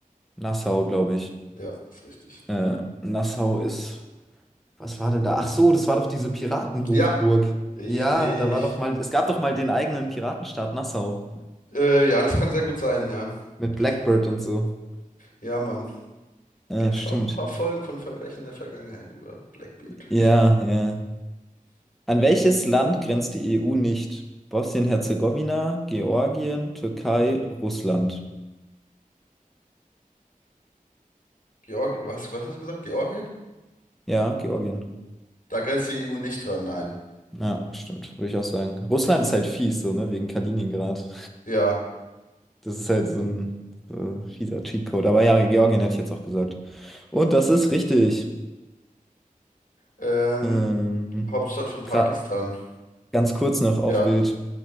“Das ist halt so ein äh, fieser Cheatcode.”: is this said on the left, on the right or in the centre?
Centre